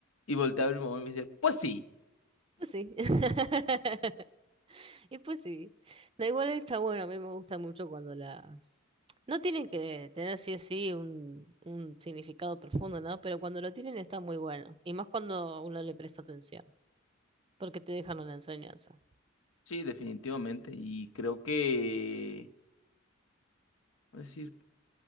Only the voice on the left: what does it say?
Y volteaba a ver mi mamá y me dice, pues sí,
sí, definitivamente. Y creo que, es decir,